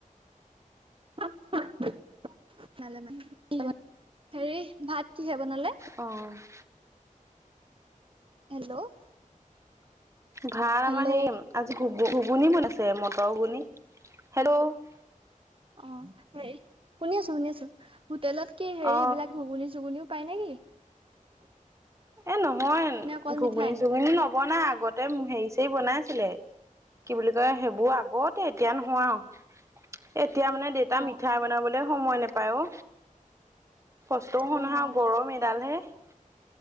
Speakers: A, on the right; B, on the right.
A: <inaudible> ভালে মানে <unintelligible> হেৰি ভাত কিহে বনালে?
B: অ! <unintelligible>
A: হেল্ল'! <inaudible>
B: ভাত
A: হেল্ল',
B: আমাৰ হেৰি আজি ঘূ-ঘুগুনি বনাইছে মটৰ ঘুগুনি। হেল্ল'! <unintelligible>
A: অঁ! হেৰি শুনি আছো, শুনি আছো। হোটেলত কি হেৰি
B: অ
A: এইবিলাক <inaudible> ঘূগুনি-চুগুনিও পাই নেকি? <unintelligible>
B: এ নহয়
A: নে অকল
B: ঘুগুনি-চুগুনি
A: মিঠাই?
B: নবনাই আগতে হেৰি-চেৰি বনাইছিলে। <inaudible> কি বুলি কয় সেইবোৰ আগতে এতিয়া নহয় আৰু। এতিয়া মানে <inaudible> দেউতা
A: অ',
B: মিঠাই বনাবলৈ সময় নেপায় অ। কষ্টও
A: অ'।
B: শুনা গৰম <inaudible> ডালহে <unintelligible>